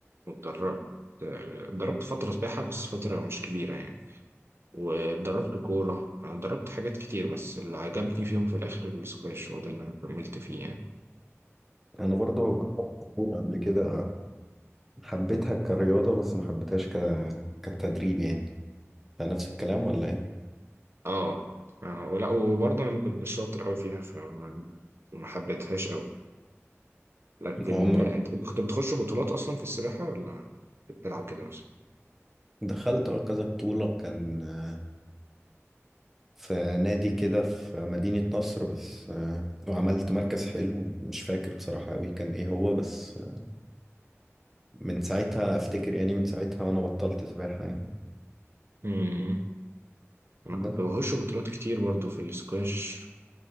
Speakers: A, on the right; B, in the centre.
A: واتدربت آه، اتدربت فترة سباحة بس فترة مش كبيرة يعني واتدربت كورة أنا اتدربت حاجات كتير بس اللي عجبني فيهم في الآخر السكواش هو ده اللي أنا كملت فيه يعني
B: انا برضه جربت الكوره قبل كده حبيتها كرياضه بس ما حبيتهاش ك... كتدريب يعني ده نفس الكلام ولا ايه
A: اه آه، ولا وبرضه أنا ما كنتش شاطر أوي فيها فما ما حبيتهاش أوي لكن
B: عمرك
A: أنت أنت كنت بتخش بطولات أصلا في السباحة ولا بتلعب كده بس؟
B: دخلت اه كذا بطوله كان آه، في نادي كده في مدينه نصر بس آه، وعملت مركز حلو مش فاكر بصراحه قوي كان ايه هو بس آه، من ساعتها افتكر يعني من ساعتها وانا بطلت سباحه يعني
A: امم انا كنت
B: بس
A: بخش بطولات كتير برضه في السكواش